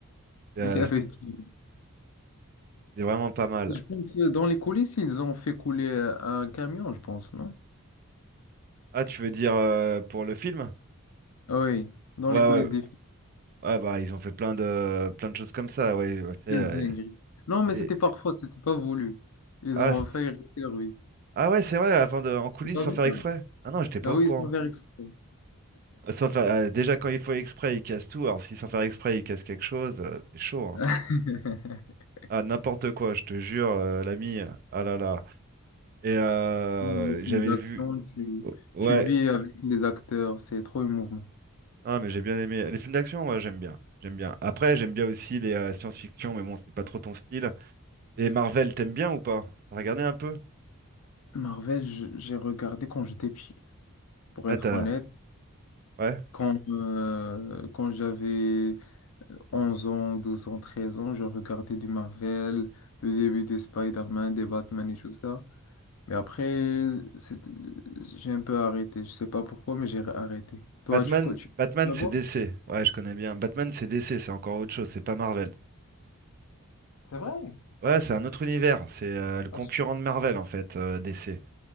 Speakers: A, on the right; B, on the left.
A: Euh,
B: <laughs> il y avait.
A: c'était
B: qui?
A: vraiment pas mal.
B: Je pense euh, dans les coulisses, ils ont fait couler euh, un camion, je pense, non?
A: Ah, tu veux dire euh, pour le film?
B: Ah Oui, dans
A: Ouais,
B: les coulisses
A: ouais.
B: des films.
A: Ah bah ils ont fait plein de plein de choses comme ça, ouais.
B: <laughs>
A: ouais, tu sais,
B: Quelle
A: euh,
B: dinguerie. Non, mais
A: c'est-
B: c'était par faute, c'était pas voulu. Ils
A: ah,
B: ont
A: c'est-
B: failli arrêter lui.
A: ah ouais, c'est vrai, avant de en coulisses
B: T'as pas
A: sans
B: vu
A: faire
B: ça?
A: exprès. Ah non, j'étais pas
B: Ah
A: au
B: oui,
A: courant.
B: ils sont faire exprès.
A: Euh, Sans faire... euh, déjà quand ils font exprès, ils cassent tout. Alors si sans faire exprès, ils cassent quelque chose, euh, c'est chaud, hein.
B: <laughs>
A: Ah n'importe quoi, je te jure, euh, l'ami. Ah là là. Et euh,
B: Les films
A: j'avais
B: d'action,
A: vu.
B: tu,
A: oh, Ouais,
B: tu vis avec les acteurs, c'est trop émouvant.
A: ah, mais j'ai bien aimé. Les films d'action, moi, j'aime bien. J'aime bien. Après, j'aime bien aussi les euh, science-fiction, mais bon, c'est pas trop ton style. Et Marvel, t'aimes bien ou pas? T'as regardé un peu?
B: Marvel, je- j'ai regardé quand j'étais petit, pour
A: Là,
B: être
A: t'as.
B: honnête,
A: Ouais.
B: quand, euh, quand j'avais 11 ans, 12 ans, 13 ans, je regardais du Marvel, le début des Spider-Man, des Batman et tout ça. Mais après, c'est- j'ai un peu arrêté. Je sais pas pourquoi, mais j'ai arrêté. Toi,
A: Batman,
B: tu continues
A: Batman,
B: à
A: c'est
B: voir?
A: DC. Ouais, je connais bien. Batman, c'est DC, c'est encore autre chose, c'est pas Marvel.
B: C'est vrai?
A: Ouais, c'est un autre univers. C'est euh, le concurrent
B: Ah,
A: de Marvel, en fait, euh, DC.